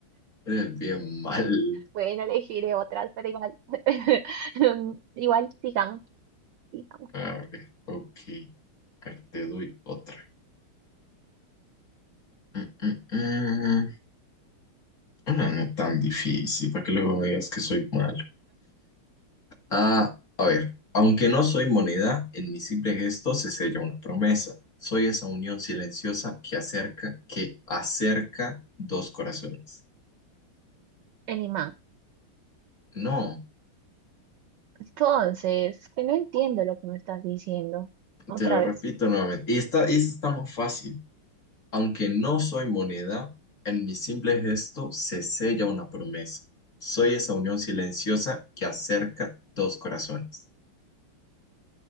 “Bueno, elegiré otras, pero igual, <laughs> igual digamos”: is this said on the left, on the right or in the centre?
Right